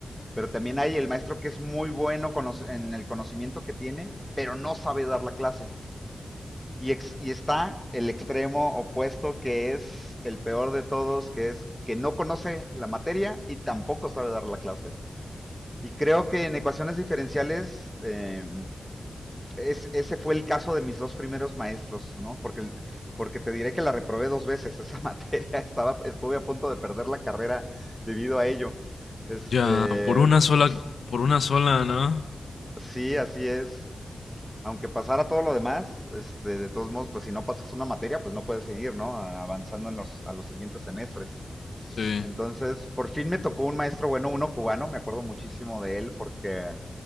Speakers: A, in the centre; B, on the left (about 80°).
A: Pero también hay el maestro que es muy bueno en el conocimiento que tiene, pero no sabe dar la clase. Y, ex- y está el extremo opuesto que es el peor de todos, que es que no conoce la materia y tampoco sabe dar la clase. Y creo que en ecuaciones diferenciales eh, es- ese fue el caso de mis dos primeros maestros, ¿no? Porque, porque te diré que la reprobé dos veces <laughs> esa materia, estaba, estuve a punto de perder la carrera debido a ello. Este,
B: Ya, por una sola, por una sola, ¿no?
A: sí, así es. Aunque pasara todo lo demás, este, de todos modos, pues si no pasas una materia, pues no puedes seguir, ¿no? Avanzando en los, a los siguientes semestres.
B: Sí,
A: Entonces, por fin me tocó un maestro bueno, uno cubano, me acuerdo muchísimo de él porque